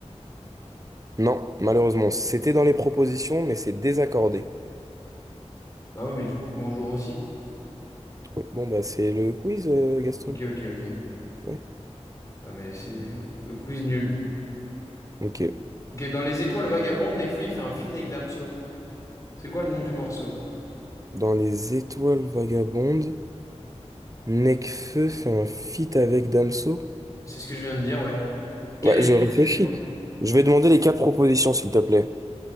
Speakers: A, on the right (about 30°); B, on the left (about 30°).
A: Non, malheureusement, c'était dans les propositions, mais c'est désaccordé.
B: Bah ouais, mais du coup, bonjour aussi.
A: Oui, bon, bah, c'est le quiz, euh, Gaston.
B: Ok, ok, ok.
A: Ouais.
B: Ah mais c'est qu- quiz nul.
A: Ok.
B: Ok, dans Les Étoiles Vagabondes, Nekfeu, il fait un feat avec Damso. C'est quoi le nom du morceau?
A: Dans Les Étoiles Vagabondes, Nekfeu fait un feat avec Damso.
B: C'est ce que je viens de dire, ouais. Quel
A: Ouais,
B: est
A: je
B: le nom
A: réfléchis.
B: du morceau?
A: Je vais demander les quatre propositions, s'il te plaît.